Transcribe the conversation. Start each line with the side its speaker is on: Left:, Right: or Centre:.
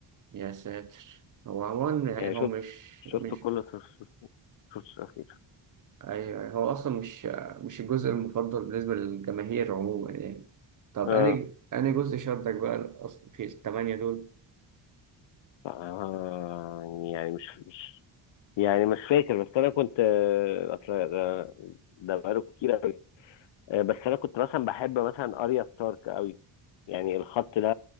Right: يا ساتر هو عموما يعني
Left: يعني
Right: هو
Left: شفت
Right: مش
Left: شفت
Right: مش
Left: كل شفت شفت الاخير
Right: أيوة هو أصلا مش مش الجزء المفضل بالنسبة للجماهير عموما يعني طب
Left: اه
Right: أنهي أنهي جزء شدك بقى أصلا في الثمانية دول؟
Left: آه، يعني مش مش يعني مش فاكر بس انا كنت آه، اصل آه، ده بقاله كتير قوي آه، بس انا كنت مثلا بحب مثلا اريا ستارك قوي يعني الخط ده